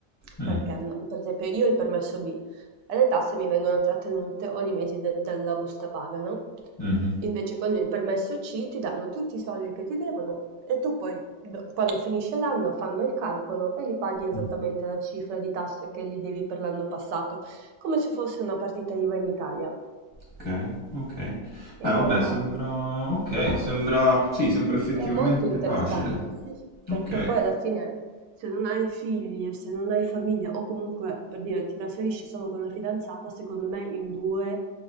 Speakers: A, on the left (about 30°); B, on the right (about 85°).
A: Mm,
B: Perché, no, per esempio, io ho il permesso B e le tasse mi vengono trattenute ogni mese de- dalla busta paga, no?
A: mhm.
B: Invece con il permesso C ti danno tutti i soldi che ti devono e tu poi, do- quando finisce l'anno, fanno il calcolo e li paghi esattamente
A: Mm,
B: la cifra di tasse che li devi per l'anno passato, come se fosse una partita IVA in Italia.
A: Ok, ok. Beh,
B: E,
A: vabbè,
B: eh,
A: sembra... Ok, sembra... Sì, sembra effettivamente
B: È molto interessante,
A: facile.
B: sì, perché
A: Ok.
B: poi alla fine se non hai figli e se non hai famiglia o comunque per dire ti trasferisci solo con la fidanzata, secondo me in due